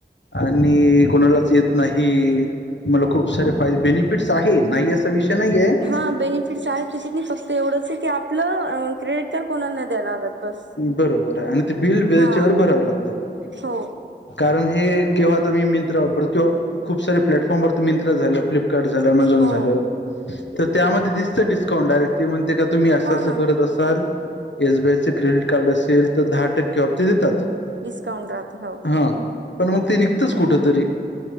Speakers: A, on the left; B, on the right.
A: आणि कोणालाच येत नाही. तुम्हाला खूप सारे फायदे बेनिफिट्स आहे नाही असा विषय नाहीय
B: हां बेनिफिट्स आहेत त्याच्यात नाही फक्त एवढंच आहे की आपलं क्रेडिट कार्ड कोणाला नाही द्यायला लागत बस.
A: बरोबर आहे आणि ते बिल वच्या
B: हा
A: वे भरावें लागतात
B: हो
A: कारण हे केव्हा आ मी मिंत्रावर किंवा खूप सारे प्लॅटफॉर्मवरर मिंत्रा झालं फ्लप झालं अमेझॉन
B: हो
A: झा तर त्यामध्ये दिसतं डिस्काउंट डायरेक्ट ते म्हणते का तुम्ही असं
B: हो
A: असं
B: ना
A: करत असाल येसबीआयचं क्रेडिट कार्ड असेल तर दहा टक्के बाबती देतात
B: डिस्काउंट राहते हो.
A: हा पण मग ते निघतच कुठ तरी